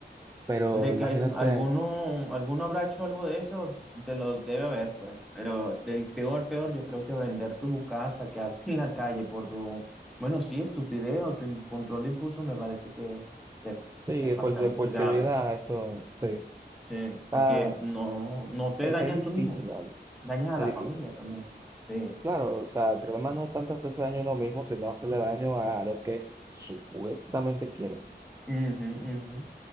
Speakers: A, on the right; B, in the centre.
A: Pero
B: De
A: imagínate,
B: que al- alguno, alguno habrá hecho algo de eso, te lo debe haber, pues. Pero del peor, peor, yo creo que vender tu casa, quedarte en la calle por tu, bueno, sí, estupidez o tu in- control de impulso me parece que, que
A: sí,
B: es bastante
A: por la impulsividad,
B: grave.
A: eso, sí.
B: Sí,
A: Está-
B: y que no, no te
A: es,
B: dañas
A: es difícil,
B: tú mismo,
A: ¿vale?
B: dañas
A: Es
B: a la
A: difícil.
B: familia también. Sí.
A: Claro, o sea, el problema no es tanto hacerse daño a uno mismo, sino hacerle daño a los que supuestamente quieren.
B: Ujú, ujú.